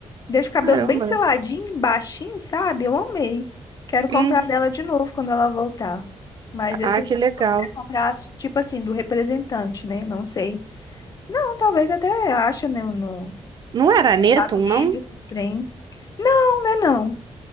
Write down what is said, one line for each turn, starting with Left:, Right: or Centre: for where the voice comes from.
Left: Deixa o cabelo
Right: Caramba.
Left: bem seladinho, baixinho, sabe? Eu amei. Quero comprar
Right: Uhum.
Left: dela de novo quando ela voltar. Mas esse
Right: Ah,
Left: a
Right: que
Left: gente
Right: legal.
Left: consegue comprar, tipo assim, do representante, né? Não sei. Não, talvez até acha, né, no
Right: Não era
Left: Mercado
Right: Netum,
Left: Livre,
Right: não?
Left: esses trem. Não, né, não.